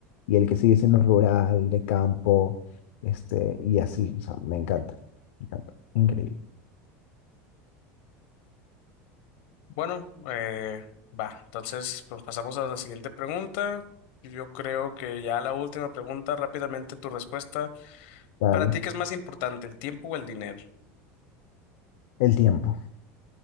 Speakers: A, on the left; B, on the left.
A: y el que sigue siendo rural, de campo, este, y así, o sea, me encanta, me encanta, increíble.
B: Bueno, eh, va, entonces pues, pasamos a la siguiente pregunta. Yo creo que ya la última pregunta, rápidamente tu respuesta.
A: Dale,
B: ¿Para ti qué es más importante, el tiempo o el dinero?
A: el tiempo.